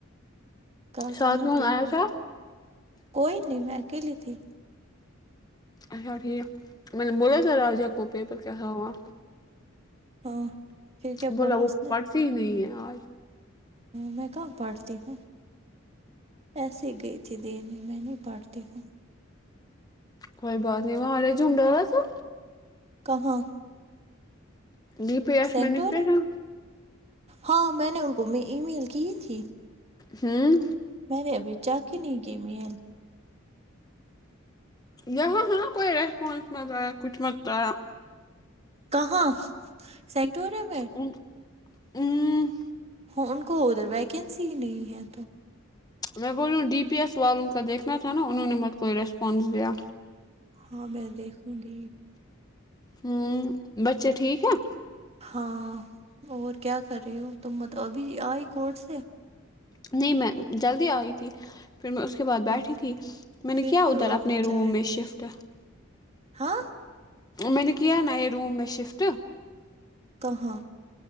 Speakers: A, on the right; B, on the left.
A: کل
B: ساتھ
A: تھا نا
B: کون
A: پیپر
B: آیا تھا
A: کوئی نہیں میں اکیلی تھی
B: اچھا ٹھیک میں نے بولا تھا راجا کو پیپر کیسا ہوا
A: ہاں پھر کیا
B: بولا وہ
A: اس نے
B: پڑھتی ہی نہیں ہیں یار
A: میں کہاں پڑھتی ہوں ایسے گئی تھی دینے میں نہیں پڑھتی ہوں
B: کوئی بات نہیں وہاں ریزیوم ڈالا تھا
A: کہاں
B: جی پی ایس
A: سینٹور
B: میں لکھتے ہیں
A: ہاں میں نے ان کو میں ای میل کی تھی
B: ہوں
A: میں نے ابھی چیک ہی نہیں کی میل
B: یہاں ہے کوئی ریسپانس میں آیا کچھ میں آیا
A: کہاں سیکٹورم میں
B: اوں ہوں
A: وہ ان کو ادھر ویکینسی ہی نہیں ہے تو
B: میں بولوں ڈی پی ایس والوں کا دیکھنا تھا نا انہوں نے مت کوئی ریسپانس دیا
A: ہاں میں دیکھوں گی
B: ہوں بچے ٹھیک ہیں
A: ہاں اور کیا کر رہی ہو تم مت ابھی آئی کورٹ سے
B: نہیں میں جلدی آئی تھی پھر میں اس کے بعد بیٹھی
A: ہاں
B: تھی میں نے
A: پھر
B: کیا
A: کیوں
B: ادھر اپنے
A: ابھی
B: روم
A: چائے
B: میں شفٹ
A: ہاں
B: میں نےکیا نا یہ روم میں شفٹ
A: کہاں